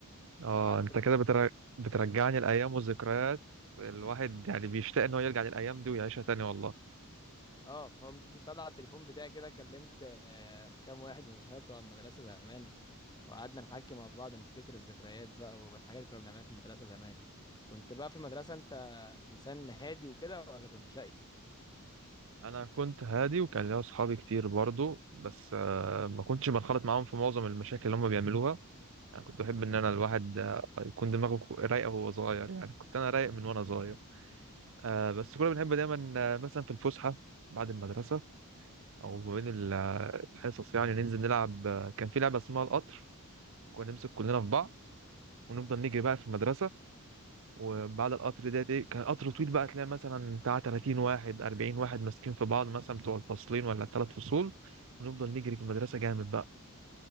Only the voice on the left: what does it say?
وقعدت
بقى
اه فقمت مطلع التليفون بتاعي كده كلمت آه، كام واحد من صحابي بتوع المدرسه زمان وقعدنا نحكي مع بعض نفتكر الذكريات بقى والحاجات اللي كنا بنعملها في المدرسه زمان كنت بقى في المدرسه انت انسان هادي وكده ولا كنت شقي